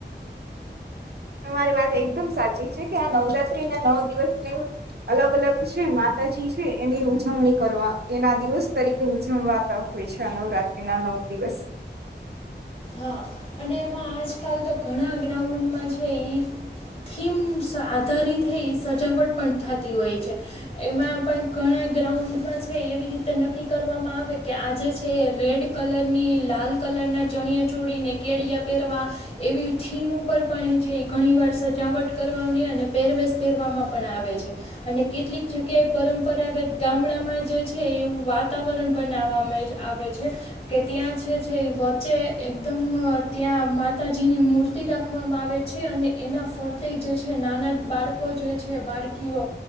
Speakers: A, on the right; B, on the left.
A: તમારી વાત એકદમ સાચી છે કે આ નવરાત્રી ના નવ દિવસ જેમ અલગ અલગ છે માતાજી છે એની ઉજવણી કરવા એના દિવસ તરીકે ઉજવવાતા હોય છે આ નવરાત્રી ના નવ દિવસ
B: હા અને એમાં આજકાલ તો ઘણા ગ્રાઉન્ડમાં છે એ થીમ આધારિત એ સજાવટ પણ થતી હોય છે એમાં પણ ઘણા ગ્રાઉન્ડમાં છે એવી રીતે નક્કી કરવામાં આવે કે આજે છે એ રેડ કલરની લાલ કલરના ચણિયા ચોળને કેળિયા પહેરવા એવી થીમ ઉપર પણ છે એ ઘણીવાર સજાવટ કરવાની અને પહેરવેશ પહેરવામાં પણ આવે છે અને કેટલીક જગ્યાએ પરંપરાગત ગામડામાં જે છે એવું વાતાવરણ બનાવવામાં જ આવે છે કે ત્યાં છે છે એ વધુ વચ્ચે એકદમ ત્યાં માતાજીની મૂર્તિ રાખવામાં આવે છે અને એના ફરતે જે છે નાના બાળકો જે છે બાળકીઓ